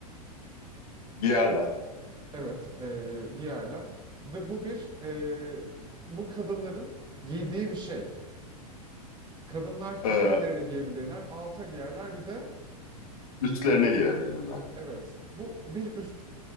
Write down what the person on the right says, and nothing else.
Evet, ee, giyerler. Ve bu bir ee, bu kadınların giydiği bir şey. Kadınlar nerelerine
giyebilirler? Alta giyerler bir de
evet. Bu bir üst